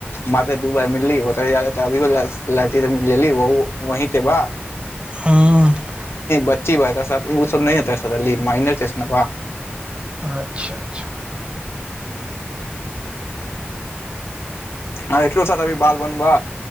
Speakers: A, on the left; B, on the right.
A: म ते दू बार मिलली अभी लड़की त म लेली वे बा
B: हँ
A: बची ओ सब ब
B: अच्छा अच्छा
A: ह एलो सा अभी बाल बनबा